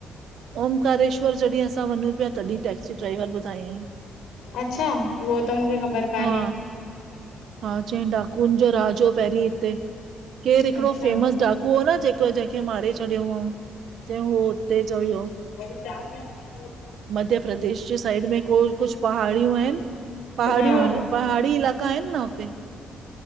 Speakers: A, on the right; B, on the left.
A: ओंकारेश्वर जॾहिं असां वञूं प्या, तॾहिं टैक्सी ड्राइवर ॿुधायई
B: अच्छा उहो त मूंखे ख़बर कान्हे
A: हा हा चयईं डाकून जो राज हो पहिंरीं हिते केर हिकड़ो
B: अच्छा
A: फेमस डाकू हो न जेको जे खे मारे छॾियो हुअऊं, चयऊं हू हुते जो ई हुयो
B: वरी चार मिनट त पोइ
A: मध्य प्रदेश जे साइड में कोई कुझ पहाड़ियूं आहिनि पहाड़ियूं,
B: हा
A: पहाड़ी इलाका आहिनि न हुते